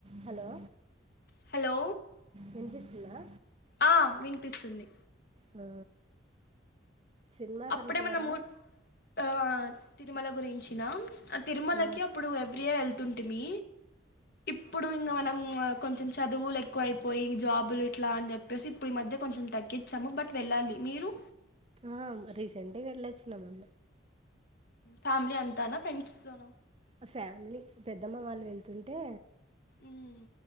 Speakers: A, on the right; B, on the left.
A: Hello
B: hello
A: విన్పిస్తుందా
B: ఆ వినిపిస్తుంది
A: ఆ సినిమాకి
B: అప్పుడే
A: అట్లా పోరా
B: మన మ ఆ తిరుమల గురించిన తిరుమలకి
A: ఆ
B: అప్పుడు ఎవ్రీ ఇయర్ వెళ్తుంటిమీ ఇప్పుడు ఇంక మనం కొంచెం చదువులు ఎక్కువ అయిపోయి జాబులు ఇట్లా అని చెప్పేసి ఇప్పుడు ఈ మధ్య కొంచెం తగ్గించాము బట్ వెళ్ళాలి మీరు
A: ఆ రీసెంట్గా వెళ్ళొచ్చినంమ్
B: ఫ్యామిలీ అంతానా ఫ్రెండ్స్ తోన
A: ఆ ఫ్యామిలీ పెద్దమ్మ వాళ్ళు వెళ్తుంటే
B: మ్మ్